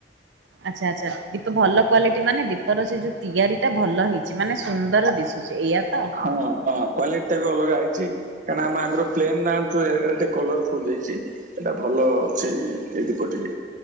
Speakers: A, on the right; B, on the right.
A: ଆଚ୍ଛା ଆଚ୍ଛା, କିତୁ ଭଲ କ୍ଵାଲିଟି ମାନେ ଦୀପର ସେ ଯୋଉ ତିଆରି ଟା ଭଲ ହେଇଛି ମାନେ ସୁନ୍ଦର ଦିଶୁଛି, ଏଇଆ ତ?
B: ହଁ, ହଁ। କ୍ୱାଲିଟିଟା ବି ଅଲଗା ହେଇଛି, କାଣା ଆମେ ଆଗରୁ ପ୍ଲେନ୍ ନା ଆଣୁଥିଲେ ଏଇଟା ଟିକେ କଲରଫୁଲ୍ ହେଇଛି। ଏଟା ଭଲ ଅଛି ଏଇ, ଏଇ ଦୀପଟି।